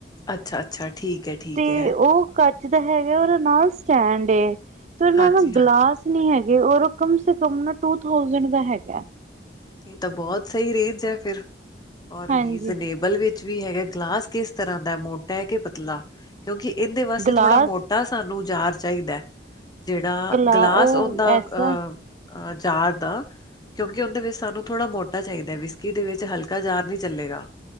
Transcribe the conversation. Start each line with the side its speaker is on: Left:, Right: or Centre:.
Left: ਅਛਾ- ਅਛਾ ਠੀਕ ਹੈ। ਠੀਕ
Right: ਤੇ
Left: ਹੈ
Right: ਉਹ ਕੱਚਦਾ ਹੈਗਾ ਉਹਦੇ ਨਾਲ ਸਟੈਂਡ ਏ ਤੇ ਉਹਦੇ ਨਾਲ
Left: ਹਾਂਜੀ
Right: ਨਾ
Left: ਹਾਂਜੀ।
Right: ਗਲਾਸ- ਨਹੀ ਹੈਗੇ ਔਰ ਕਮ ਸੇ ਕਮ ਨਾ ਟੂ ਥਾਊਸੈਂਡ ਦਾ ਹੈਗਾ।
Left: ਇਹ ਤਾਂ ਬਹੁਤ ਸਹੀ ਰੇਜ ਹੈ ਫਿਰ ਔਰ
Right: ਹਾਂਜੀ
Left: ਰੀਜ਼ਨੇ- ਬਲ ਵਿਚ ਵੀ ਹੈਗਾ ਗਲਾਸ ਕਿਸ ਤਰ੍ਹਾਂ ਦਾ ਮੋਟਾ ਹੈ। ਕੇ ਪਤਲਾ- ਕਿਉਕਿ ਇਹਦੇ ਵਾਸਤੇ
Right: ਗਲਾਸ
Left: ਥੋੜਾ ਮੋਟਾ ਸਾਨੂੰ ਯਾਰ ਚਾਹੀਦਾ। ਜਿਹੜਾ
Right: ਗਲਾ
Left: ਗਲਾਸ
Right: ਉਹ
Left: ਉਹਦਾ
Right: ਐਸਾ
Left: ਅ ਜਾਰ ਦਾ ਕਿਉਕਿ ਉਹਦੇ ਵਿਚ- ਸਾਨੂੰ ਥੋੜ੍ਹਾ ਮੋਟਾ ਚਾਹੀਦਾ ਵਿਸਕੀ ਦੇ ਵਿਚ ਹਲਕਾ ਜਾਰ ਨੀ ਚਲੇਗਾ